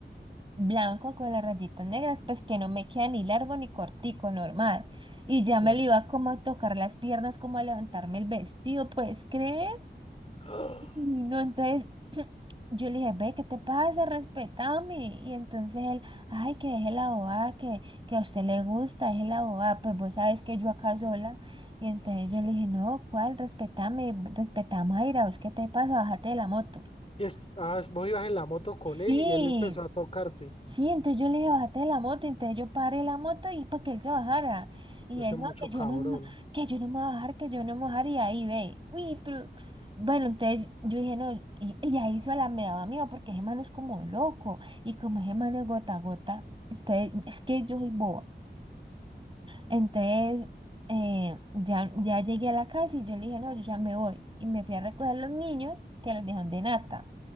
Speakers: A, on the right (about 25°); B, on the left (about 30°).
A: blanco con las rayitas negras, pues que no me queda ni largo ni cortico, normal. Y ya
B: sí.
A: me lo iba como a tocar las piernas, como a levantarme el vestido, ¿puedes creer?
B: Ah,
A: Y no, entonces <clears throat> yo le dije, ve, ¿qué te pasa? Respetame. Y entonces él, ay, que deje la bobada, que, que a usted le gusta, deje la bobada, pues vos sabes que yo acá sola. Y entonces yo le dije, no, ¿cuál? Respetame, respetame, Mayra, ¿vos qué te pasa? Bájate de la moto.
B: Y es, ah, vos ibas en la moto con
A: Sí.
B: él y él empezó a tocarte.
A: Sí, entonces yo le dije, bájate de la moto, entonces yo paré la moto y para que él se bajara. Y
B: Ese
A: él,
B: mucho
A: no, que yo
B: cabrón.
A: no, me- que yo no me voy a bajar, que yo no me voy a bajar, y ahí ve. Uy, pero... Bueno, entonces yo dije, no, y, y ahí sola me daba miedo, porque ese man es como loco, y como ese man es gota a gota, entonces, es que yo soy boba. Entonces, eh, ya, ya llegué a la casa y yo le dije, no, yo ya me voy. Y me fui a recoger los niños que los dejan de Nata.